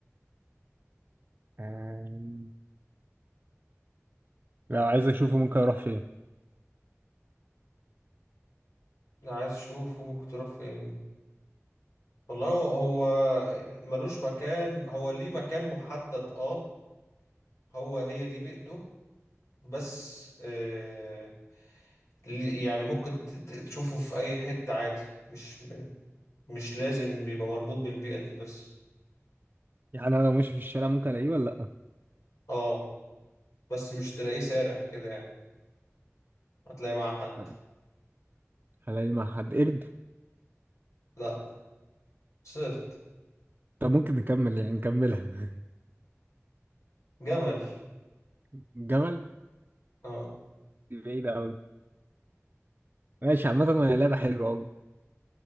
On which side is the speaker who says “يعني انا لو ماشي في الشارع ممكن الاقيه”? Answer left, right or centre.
Right